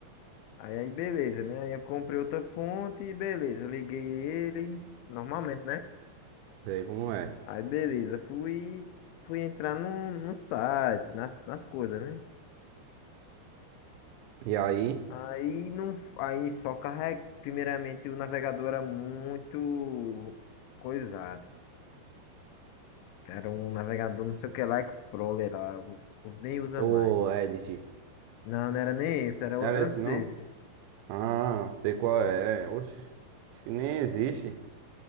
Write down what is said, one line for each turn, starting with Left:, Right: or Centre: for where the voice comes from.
Left: Aí, aí beleza, né? Aí eu comprei outra fonte, beleza, liguei ele, normalmente, né?
Right: Sei como é.
Left: Aí beleza, fui, fui entrar no, no site, nas, nas coisas, né?
Right: E aí?
Left: Aí não, aí só carrega, primeiramente o navegador era muito coisado. Era um navegador, não sei o que lá, Explorer lá, o povo nem usa
Right: Ô,
Left: mais.
Right: Edith.
Left: Não, não era nem esse, era
Right: Não
Left: o-
Right: era
Left: antes
Right: esse, não?
Left: desse.
Right: Ah, sei qual é. Oxe, acho que nem existe.